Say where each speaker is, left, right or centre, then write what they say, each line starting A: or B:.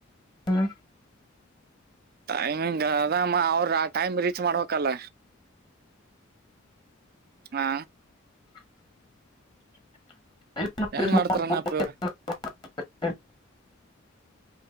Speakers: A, on the left; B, on the right.
A: ಇಂಗ್.
B: ಟೈಮಿಂಗ್ ಅದಮ್ಮ ಅವ್ರ ಆ ಟೈಮ್ ರೀಚ್ ಮಾಡ್ಬೇಕಲ್ಲ. ಹಾ.
A: <inaudible>
B: ಹೆಂಗ್ ಮಾಡ್ತಾರನಪ್ಪ
A: <inaudible>
B: ಇವ್ರ